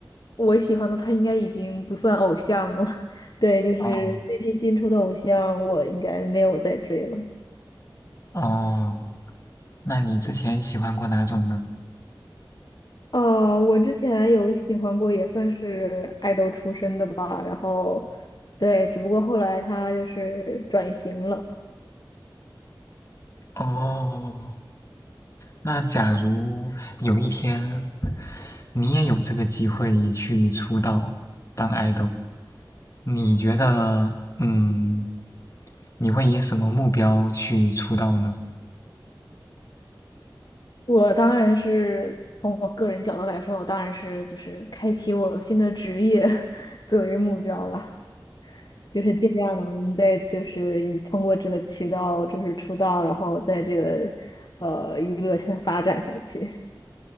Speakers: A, on the left; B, on the left.
A: 我喜欢的他应该已经不算偶像了，<laughs> 对，就是最近新出的偶像，
B: 哦
A: 我应该没有再追了。
B: 哦，那你之前喜欢过哪种呢？
A: 呃，我之前有喜欢过，也算是爱豆出身的吧，然后，对，只不过后来他就是转型了。
B: 哦，那假如有一天你也有这个机会去出道当 idol，你觉得，嗯，你会以什么目标去出道呢？
A: 我当然是从我个人角度来说，我当然是就是开启我新的职业 <laughs> 作为目标了。就是尽量能在就是你通过这个渠道就是出道，然后在这个呃娱乐圈发展下去。